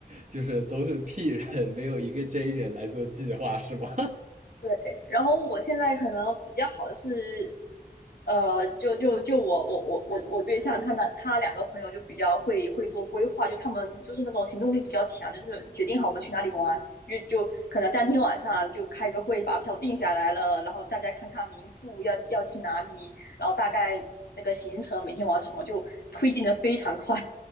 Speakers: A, on the right; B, on the left.
A: 就是都是 P 人，没有一个 J 人来做计划，是吗？
B: 对，然后我现在可能比较好的是，呃，就就就我我我我我对象他的他两个朋友就比较会会做规划，就他们就是那种行动力比较强，就是决定好我们去哪里玩，就就可能当天晚上就开个会把票定下来了，然后大家看看民宿要要去哪里，然后大概那个行程每天玩什么就推进的非常快，